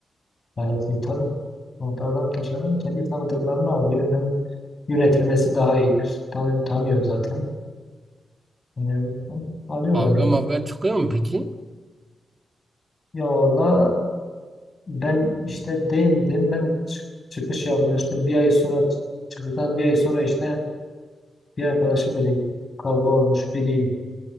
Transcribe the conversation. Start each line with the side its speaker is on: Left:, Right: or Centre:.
Left: Gayet iyi tabii. Orada adam taşeron kendi tanıdıklarını alıyor. Hem yönetilmesi daha iyidir. Tanı, tanıyor zaten. Yani, alıyorlar
Right: Kavga
Left: yani.
Right: mavga çıkıyor mu peki?
Left: Ya valla Ben işte değildim. Ben çık- çıkış yapmıştım. Bir ay sonra çıktıktan bir ay sonra işte bir arkadaşım dedi kavga olmuş biri